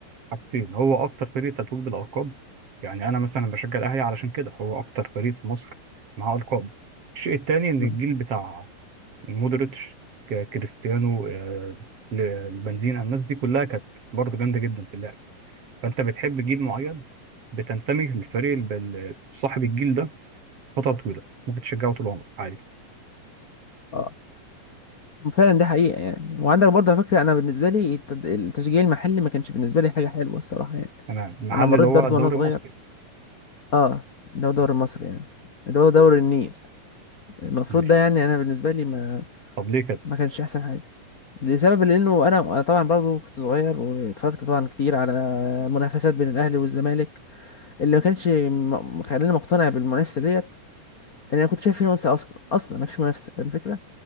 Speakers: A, on the right; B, on the left.
A: حاجتين هو اكتر فريق تتويج بالالقاب يعني انا مثلا بشجع الاهلي علشان كده هو اكتر فريق في مصر معاه القاب الشيء التاني ان
B: مم.
A: الجيل بتاع مودريتش ك- كريستيانو آه، ل- البنزينة الناس دي كلها كانت برضه جامده جدا في اللعب فانت بتحب جيل معين بتنتمي للفريق الب- ال- صاحب الجيل ده فتره طويله ممكن تشجعه طول عمرك عادي
B: اه فعلا دي حقيقة يعني وعندك برضه على فكرة أنا بالنسبة لي التد- التشجيع المحلي ما كانش بالنسبة لي حاجة حلوة الصراحة يعني
A: انا المحل
B: أنا مريت
A: اللي هو
B: برضه
A: الدوري
B: وأنا صغير
A: المصري
B: أه اللي هو دوري
A: ماشي
B: مصر يعني اللي هو دوري النيل المفروض
A: ماشي.
B: ده يعني أنا بالنسبة لي ما
A: طب ليه كده
B: ما كانش أحسن حاجة لسبب لأنه أنا أنا طبعا برضه كنت صغير واتفرجت طبعا كتير على منافسات بين الأهلي والزمالك اللي ما كانش م- مخليني مقتنع بالمنافسة ديت إن أنا كنت شايف في منافسة أصلا أصلا ما فيش منافسة فاهم الفكرة؟